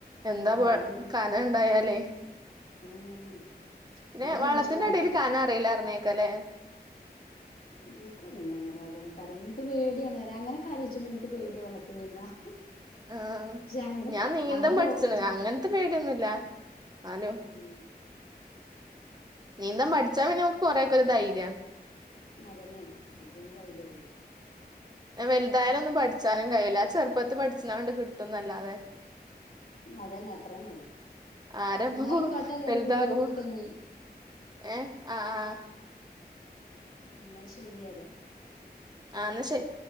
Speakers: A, on the right; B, on the left.
A: എന്താ
B: അവിടെയാണ്
A: കനം ഉണ്ടായാലേ <unintelligible>
B: ഉം
A: പിന്നെ
B: ഏത്
A: വെള്ളത്തിന്റെ
B: മനുഷ്യന്മാർക്കും
A: അടിൽ കനം അറീല്ലാ പറഞ്ഞേക്കാല്ലേ.
B: എനിക്ക പിന്നെ അങ്ങനെ അതാ എനിക്കറിയില്ല എനിക്ക് പേടിയാണ് ഏറെ അങ്ങനെയൊക്കെ ആലോചിക്കുമ്പം എനിക്ക് പേടിയ വെള്ളത്തിൽ നീന്താൻ.
A: ആ
B: പക്ഷെ അങ്ങനെ
A: ഞാൻ നീന്തം
B: അങ്ങനെ
A: പഠിച്ചതാണ്
B: നോക്കച്ചിരി
A: അങ്ങനത്തെ പേടിയൊന്നുമില്ല ന്നാലും.
B: ഉം
A: നീന്തം പഠിച്ചാൽ പിന്നെ നമുക്ക് കൊറെയൊക്കെ ഒരു ധൈര്യാ.
B: അത് തന്നെയാണ് നമുക്ക് പിന്നെ ധൈര്യമാണ്.
A: പിന്നെ വലുതായാലും ഒന്നും പഠിച്ചാലും കഴിയില്ല അത് ചെറുപ്പ പ്പത്ത് പഠിച്ചണ കൊണ്ട് കിട്ടുംന്നല്ലാതെ
B: അതന്നെ അത്രന്നേ ഉള്ളു.
A: ആരപ്പോ
B: ന്നായിക്കോട്ടെ ഏതായാലും
A: വലുതാകുമ്പോ
B: പിന്നെ വിളിക്ക ഞ്ഞി.
A: ഏഹ് ആഹ് ആഹ്
B: ന്ന ശരിയരെ.
A: ആ എന്ന ശരി.